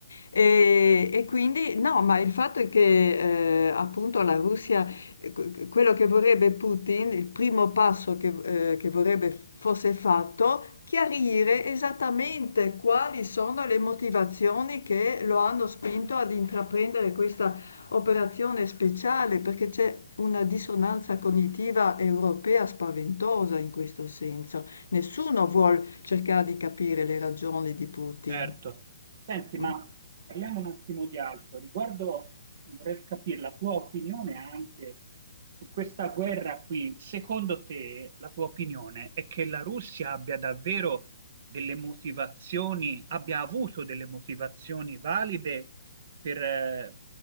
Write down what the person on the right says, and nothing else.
certo. Senti,
ma parliamo un attimo di altro. Riguardo, vorrei capire la tua opinione anche su questa guerra qui. Secondo te, la tua opinione è che la Russia abbia davvero delle motivazioni, abbia avuto delle motivazioni valide per, eh,